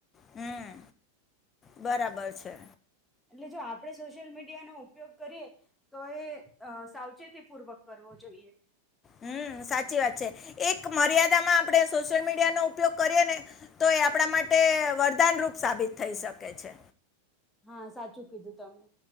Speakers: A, on the left (about 20°); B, in the centre.
A: હમ બરાબર છે.
B: એટલે જો આપણે સોશિયલ મીડિયાનો ઉપયોગ કરીએ તો એ સાવચેતી પૂર્વક કરવો જોઈએ.
A: હમ સાચી વાત છે એક મર્યાદામાં આપડે સોશિયલ મીડિયાનો ઉપયોગ કરીએ ને તો એ આપણા માટે વરદાનરૂપ સાબિત થઈ શકે છે.
B: હા સાચું કીધું તમે.